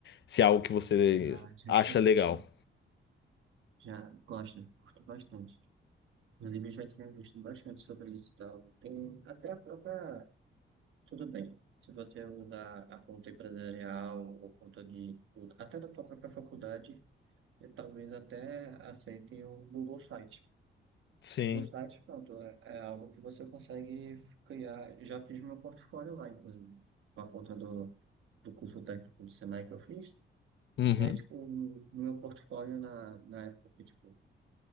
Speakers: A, on the left; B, on the right.
A: se é algo que você
B: Ah, já
A: acha
B: tinha
A: legal.
B: visto. Já gosto, curto bastante. Inclusive, eu já tinha visto bastante sobre isso e tal. Tem até a própria. Tudo bem. Se você usar a conta empresarial ou conta de. do- Até da tua própria faculdade, eu talvez até aceitem o Google Site.
A: Sim.
B: O Google Site, pronto, é, é algo que você consegue criar. Já fiz meu portfólio lá, inclusive, com a conta do, do curso técnico do Senai que eu fiz.
A: Uhum.
B: E aí, tipo, o meu portfólio na, na época que, tipo,